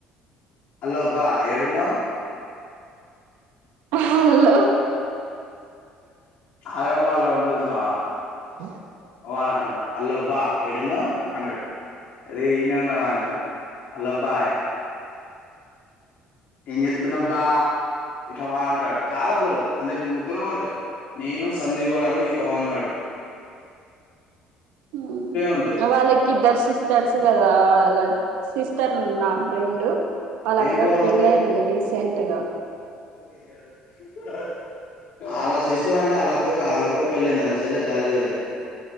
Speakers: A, on the left; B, on the right.
A: హలో బా ఏడున్నావ్
B: హలో
A: ఆగంబాలో ఉంటది చూష్ణవరా
B: బ
A: వాడు అంటాడు హలో బా ఎడాఉన్నావ్ అంటాడు రేయి ఇడానే ఉన్న అంటే హలో బా ఏం చేస్తునావ్ బా ఇట్లా మాట్లాడతాడు వాడు చాలా క్లోజ్ అంటే మేం ముగ్గురం ఉంటాం నేను సందీప్గడూను ఈ పవనుగాడు
B: ఉహం
A: ఉంటాయి
B: వాళ్ళకి ఇద్దరు సిస్టర్స్ కదా సిస్టర్ నా ఫ్రెండు వాళ్ళ
A: ఏం
B: అక్కకి
A: పేరు ఆమె
B: పెళ్ళ అయింది కదా రీసెంట్ గా
A: పేర్లడు అలా చేసేట్లు అంటే అలా అక్క వల్ల ఆక్కకి పెళ్ళ అయింది వాళ్ళ చెల్లకి కాలేదు కదా ఇంకా